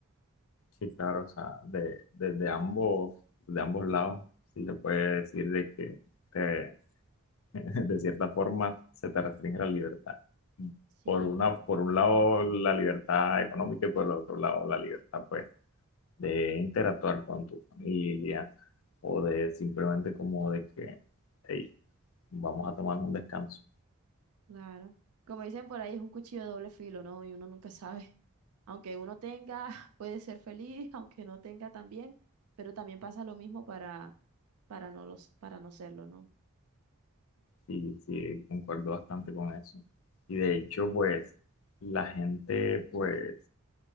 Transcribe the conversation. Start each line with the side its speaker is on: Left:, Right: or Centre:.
Left: Sí, claro, o sea, de, desde ambos, de ambos lados, sí se puede decir de que te- <laughs> de cierta forma se te restringe la libertad.
Right: Sí,
Left: Por una, por un lado la libertad económica y por el otro lado la libertad, pues, de interactuar con tu familia o de simplemente como de que, hey, vamos a tomar un descanso.
Right: claro. Como dicen por ahí, es un cuchillo de doble filo, ¿no? Y uno nunca sabe. Aunque uno tenga, <laughs> puede ser feliz, aunque no tenga también, pero también pasa lo mismo para, para no los, para no serlo, ¿no?
Left: Y sí, concuerdo bastante con eso. Y de hecho, pues, la gente, pues,